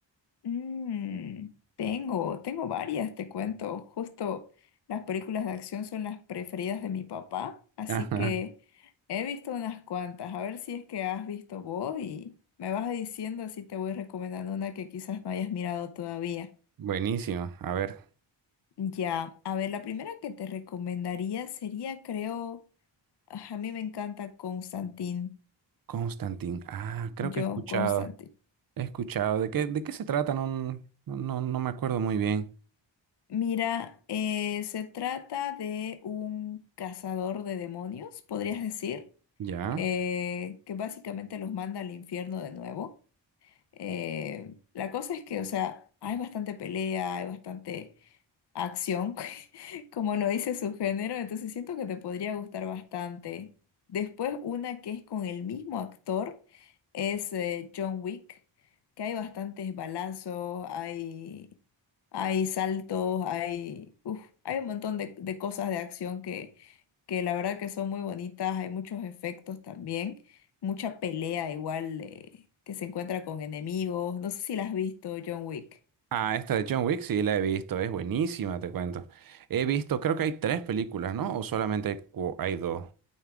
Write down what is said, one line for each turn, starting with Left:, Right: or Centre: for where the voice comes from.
Left: Mm, tengo, tengo varias, te cuento. Justo las películas de acción son las preferidas de mi papá, así
Right: Ajá.
Left: que he visto unas cuantas. A ver si es que has visto vos y me vas diciendo así te voy recomendando una que quizás no hayas mirado todavía.
Right: <laughs> Buenísimo. A ver,
Left: Ya, a ver, la primera que te recomendaría sería, creo, ah, a mí me encanta Constantine.
Right: Constantine. Ah, creo
Left: Yo,
Right: que he escuchado.
Left: Constantine.
Right: He escuchado. ¿De qué, de qué se trata? No, no, no no me acuerdo muy bien.
Left: Mira, eh, se trata de un cazador de demonios, podrías decir,
Right: ¿Ya?
Left: eh, que básicamente los manda al infierno de nuevo. Eh, la cosa es que, o sea, hay bastante pelea, hay bastante acción, <laughs> como lo dice su género, entonces siento que te podría gustar bastante. Después, una que es con el mismo actor es eh, John Wick, que hay bastantes balazos, hay... Hay saltos, hay, uf, hay un montón de, de cosas de acción que, que la verdad que son muy bonitas, hay muchos efectos también, mucha pelea igual eh, que se encuentra con enemigos. No sé si la has visto, John Wick.
Right: Ah, esta de John Wick sí la he visto. Es buenísima, te cuento. He visto, creo que hay tres películas, ¿no? ¿O solamente cu- hay dos?